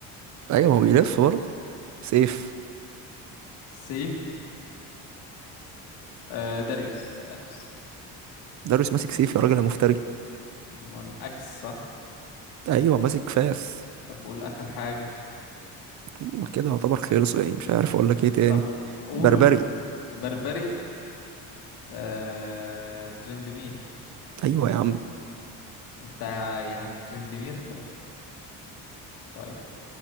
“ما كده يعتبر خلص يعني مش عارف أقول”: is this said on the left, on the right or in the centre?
Right